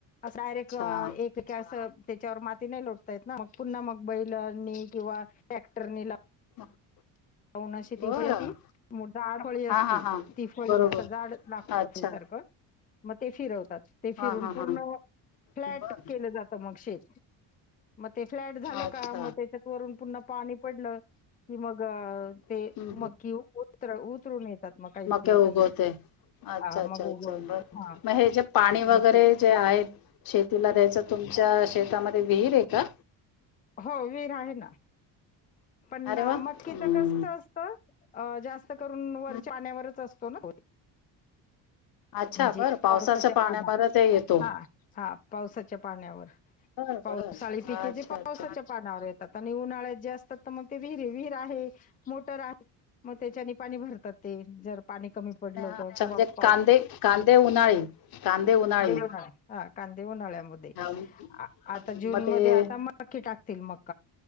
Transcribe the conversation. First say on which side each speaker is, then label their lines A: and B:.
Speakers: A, on the left (about 20°); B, on the left (about 55°).
A: असा
B: अच्छा
A: रेक एक की असं. त्याच्यावर माती नाही लोडता येत ना म पुन्हा मग बैलांनी किंवा टॅक्टरनी
B: <unintelligible>
A: पावनाशी तिफळीती
B: बरं
A: जाडहळी असती
B: हा हा हा
A: तिफळी
B: बरोबर
A: असं जाड लागत
B: अच्छा
A: सारखं म ते फिरव तात ते फिरून
B: हा हा
A: पूर्ण
B: हा
A: फ्लॅट
B: बरं
A: केलं जातं मग शेत <inaudible> मग ते फ्लॅट झालं
B: अच्छा
A: का मग त्याच्यात वरून पुन्हा पाणी पडलं कि मग अ ते
B: हम्म
A: मकीत उतर उत रुन येतात मग काही
B: मक्या
A: दिवसांनी
B: उगवते अच्छा
A: हां,
B: अच्छा
A: मग
B: अच्छा
A: उगवली
B: बर
A: हा
B: मग हे जे पाणी वगैरे
A: मग ते
B: जे आहे शेतीला द्यायचं तुमच्या
A: अ,
B: शेतामध्ये विहीर आहे का.
A: हो विहीर आहे ना. पण
B: अरे
A: ना
B: वा
A: मक्कीच
B: हम्म
A: कस असत अ जास्त करून वरच्या
B: हं.
A: पाण्यावरच असतो ना
B: अच्छा
A: म्हणजे
B: बरं
A: पावसाच्या
B: पाण्यामध्ये
A: पाण्यावर
B: ते येतो
A: हा हा पावसाच्या पाण्यावर
B: बर
A: पावसाळी
B: बर अच्छा
A: पिके जे पावसाच्या
B: अच्छा
A: पाण्यावर येतात आणि उन्हाळ्यात जे असतात ते मग विहिरीत विहीर आहे मोटर आहे मग त्याच्यानी पाणी भरतात ते जर पाणी कमी पडलं
B: अच्छा
A: होत किंवा
B: म्हणजे
A: पाऊस
B: कांदे कांदे उन्हाळी कांदे उन्हाळी
A: उन्हाळ्या हा कांदे उन्हाळ्यात उन्हाळ्यामध्ये
B: हा, मग
A: आता जूनमध्ये
B: ते
A: आता की टाकतील मग.